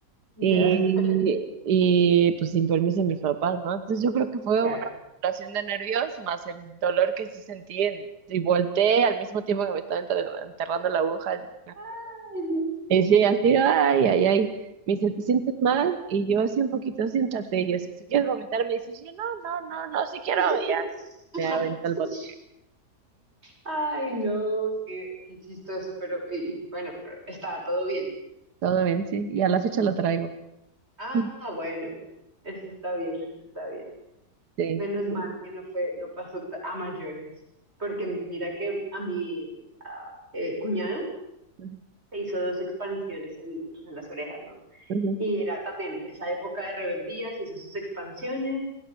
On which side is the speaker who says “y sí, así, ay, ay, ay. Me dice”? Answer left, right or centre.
Right